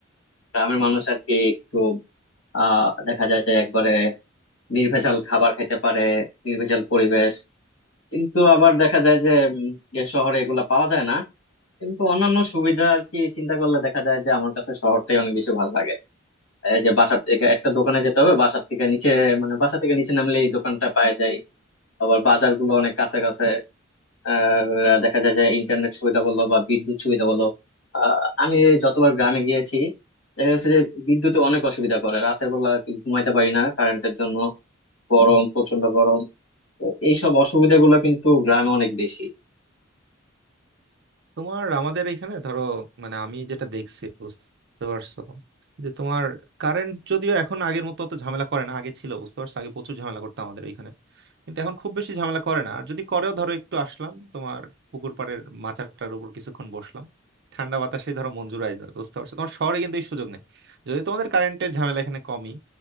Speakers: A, on the left; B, on the right.
A: গ্রামের মানুষ আর কি একটু আহ দেখা যায় যে একবারে নির্ভেজাল খাবার খেতে পারে নির্ভেজাল পরিবেশ কিন্তু আবার দেখা যায় যে উম, যে শহরে এগুলা পাওয়া যায় না কিন্তু অন্যান্য সুবিধা আর কি চিন্তা করলে দেখা যায় যে আমার কাছে শহরটাই অনেক বেশি ভালো লাগে এই যে বাসার থেকে একটা দোকানে যেতে হবে বাসার থেকে নিচে মানে বাসা থেকে নিচে নামলে এই দোকানটা পাওয়া যায় আবার বাজারগুলো অনেক কাছে কাছে আর দেখা যায় যে ইন্টারনেট সুবিধা বলো বা বিদ্যুৎ সুবিধা বলো আহ আমি যতবার গ্রামে গিয়েছি দেখা যাচ্ছে যে বিদ্যুতে অনেক অসুবিধা করে রাতের বেলা কি ঘুমাইতে পারি না কারেন্টের জন্য গরম প্রচন্ড গরম তো এইসব অসুবিধাগুলো কিন্তু গ্রামে অনেক বেশি
B: তোমার আমাদের এখানে ধরো মানে আমি যেটা দেখছি বুঝতে পারছো যে তোমার কারেন্ট যদিও এখন আগের মতো অত ঝামেলা করে না আগে ছিল বুঝতে পারছো আগে প্রচুর ঝামেলা করতো আমাদের এখানে কিন্তু এখন খুব বেশি ঝামেলা করে না আর যদি করেও ধরো একটু আসলাম তোমার পুকুর পাড়ের মাচাটার উপর কিছুক্ষণ বসলাম ঠান্ডা বাতাসে ধরো মঞ্জুর আয় ধরো, বুঝতে পারছো তোমার শহরে কিন্তু এই সুযোগ নেই যদি তোমাদের কারেন্টের ঝামেলা এখানে কমই